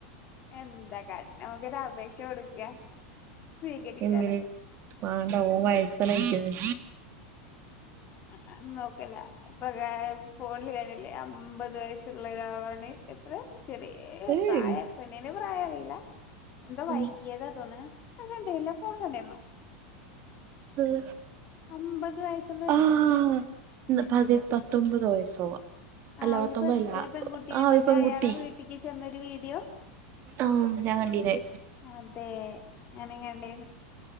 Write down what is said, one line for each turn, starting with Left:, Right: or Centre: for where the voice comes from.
Left: എന്താ കാട്ട നമുക്കിത് അപേക്ഷ കൊടുക്ക. സ്വീകരിച്ചാലോ
Right: എന്ന് വാണ്ട ഓ വയസനയിക്ണ്
Left: ആ നോക്കല ഇപ്പൊ ഫോണില് കാണില്ലേ അമ്പത് വയസ്സുള്ള ഒരാളാണ്. എത്ര ശെരി
Right: ഏയ്
Left: പ്രായ പിന്നേ പെണ്ണിന്റെ പ്രായ അറിയില്ല എന്താ വൈകിയത
Right: ഉം
Left: അതോന്ന്. <unintelligible> കണ്ടേല്ല ഫോൺ കണ്ടേന്നോ?
Right: ആഹ
Left: അമ്പത് വയസ്
Right: ആ പ പത്തൊമ്പത് വയസ്സോ? അല്ല
Left: ആ ഒരു
Right: പത്തൊമ്പതല്ല
Left: പെ ഒരു പെൺകുട്ടി
Right: ആഹ്
Left: നെ ന്നിട്ട്
Right: ഒരു പെൺകുട്ടി
Left: അയാളെ വീട്ടിലക്ക് ചെന്നൊരു വീഡിയോ
Right: ആഹ് ഞാൻ കണ്ടീനെ
Left: അതെ ഞാനിങ്ങട്ടെ